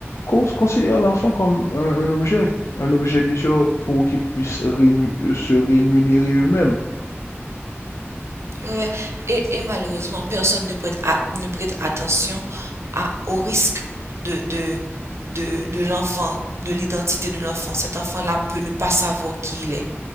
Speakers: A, on the left (about 80°); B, on the right (about 75°).
A: cons- considèrent l'enfant comme un, un objet, un objet bien sûr pour qu'ils puissent rému- se rémunérer eux-mêmes.
B: Ouais, ouais. Et, et malheureusement, personne ne prête, à- ne prête attention à, au risque de, de, de, de l'enfant, de l'identité de l'enfant. Cet enfant-là peut ne pas savoir qui il est